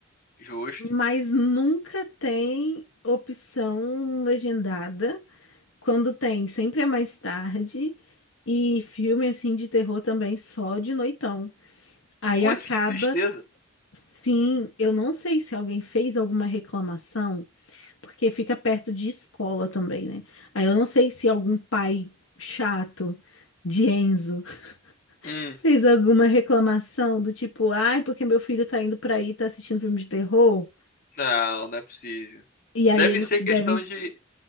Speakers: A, on the left; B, on the left.
A: justo.
B: Mas nunca tem opção legendada. Quando tem, sempre é mais tarde. E filme assim de terror também só de noitão. Aí
A: Putz,
B: acaba,
A: que tristeza.
B: que- sim, eu não sei se alguém fez alguma reclamação, porque fica perto de escola também, né? Aí eu não sei se algum pai chato de Enzo <laughs>
A: Hum,
B: fez alguma reclamação do tipo, ai, porque meu filho tá indo pra aí, tá assistindo filme de terror.
A: não, não é possível.
B: E aí
A: Deve
B: eles
A: ser
B: devem,
A: questão de.